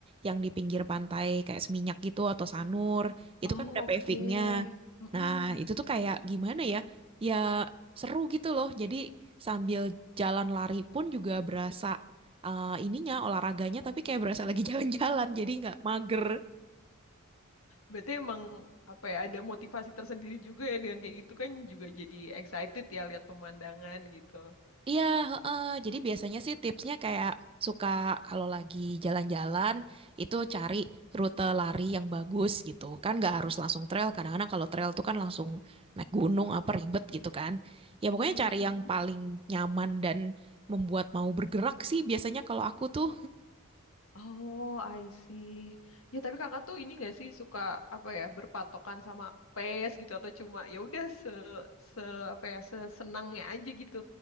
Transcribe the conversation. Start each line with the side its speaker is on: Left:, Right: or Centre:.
Right: yang di pinggir pantai kayak Seminyak gitu atau Sanur. Itu
Left: Oh,
Right: kan ada
Left: oke.
Right: pavingnya.
Left: Mm-mm.
Right: Nah itu tuh kayak gimana ya? Ya seru gitu loh. Jadi sambil jalan lari pun juga berasa eh, ininya olahraganya tapi kayak berasa lagi <laughs> jalan-jalan jadi nggak mager.
Left: Berarti emang apa ya ada motivasi tersendiri juga ya dengan kayak gitu kan juga jadi excited ya lihat pemandangan gitu.
Right: Iya, heeh. Jadi biasanya sih tipsnya kayak suka kalau lagi jalan-jalan itu cari rute lari yang bagus gitu. Kan nggak harus langsung trail. Kadang-kadang kalau trail tuh kan langsung naik gunung apa ribet gitu kan. Ya pokoknya
Left: Mm-mm-mm.
Right: cari yang paling nyaman dan membuat mau bergerak sih biasanya kalau aku tuh
Left: Oh, I see. Ya tapi kakak tuh ini nggak sih suka apa ya berpatokan sama pace gitu atau cuma ya udah se se apa ya sesenangnya aja gitu.